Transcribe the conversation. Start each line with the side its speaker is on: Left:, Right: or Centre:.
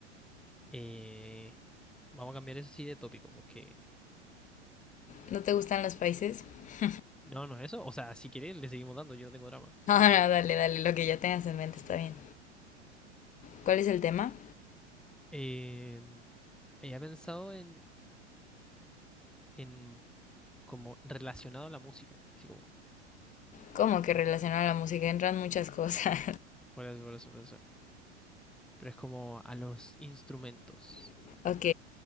Centre: Eh, vamos a cambiar eso sí de tópico, porque...
Left: ¿No te gustan los países? <laughs>
Centre: No, no es eso. O sea, si quieres, le seguimos dando, yo no tengo drama.
Left: Ah, no, dale, dale, lo que ya tengas en mente está bien. ¿Cuál es el tema?
Centre: Eh, había pensado en, en como relacionado a la música, así como...
Left: Como que relacionado a la música entran muchas cosas.
Centre: Por eso, por eso, por eso. Pero es como a los instrumentos.
Left: <laughs> ok,